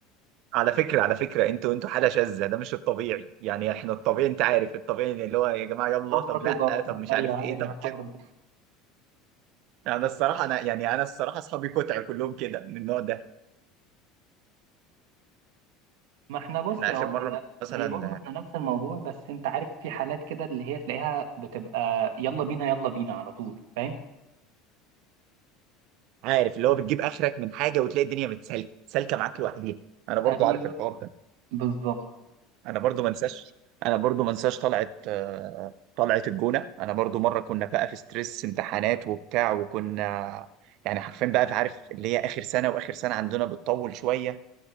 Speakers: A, on the right; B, on the right.
A: على فكرة على فكرة انتوا انتوا حالة شاذة ده مش الطبيعي يعني احنا الطبيعي انت عارف الطبيعي اللي هو يا جماعة يلا
B: ظبط
A: طب لا
B: وظبط
A: طب مش
B: ايوه
A: عارف ايه
B: عارف
A: طب
B: الحوار
A: كده
B: ده
A: يعني انا الصراحة انا يعني انا الصراحة اصحابي كتع كلهم كده من النوع ده
B: ما احنا بص
A: احنا
B: هو
A: اخر
B: هي
A: مرة مثلا
B: هي برضه احنا نفس الموضوع بس انت عارف في حالات كده اللي هي تلاقيها بتبقى يلا بينا يلا بينا على طول فاهم
A: عارف اللي هو بتجيب اخرك من حاجة وتلاقي الدنيا متسالكة سالكة معاك لوحديها انا برضو
B: ايوه
A: عارف الحوار ده
B: بالظبط
A: انا برضو ما انساش انا برضو ما انساش طلعت آه، طلعت الجونة انا برضو مرة كنا بقى في ستريس امتحانات وبتاع وكنا يعني حرفيا بقى في عارف اللي هي اخر سنة واخر سنة عندنا بتطول شوية